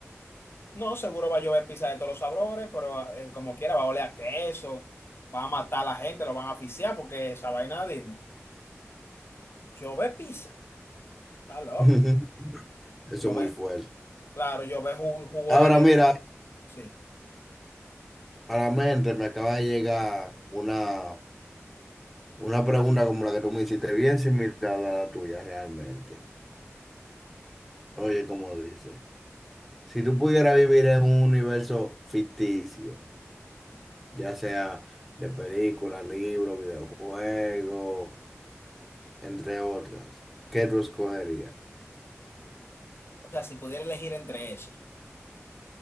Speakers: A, on the left; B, in the centre.
A: No, seguro va a llover pizza de todos los sabores, pero eh, como quiera va a oler a queso, va a matar a la gente, lo van a asfixiar porque esa vaina, dime. Llover pizza, está loco.
B: Ujú. Eso
A: Llover,
B: es muy fuerte.
A: claro, llover jugo, jugo
B: Ahora
A: de li...
B: mira,
A: Sí.
B: a la mente me acaba de llegar una, una pregunta como la que tú me hiciste, bien similar a la tuya realmente. Oye, como dice, si tú pudieras vivir en un universo ficticio, ya sea de películas, libros, videojuegos, entre otras, ¿qué tú escogerías?
A: O sea, si pudiera elegir entre eso,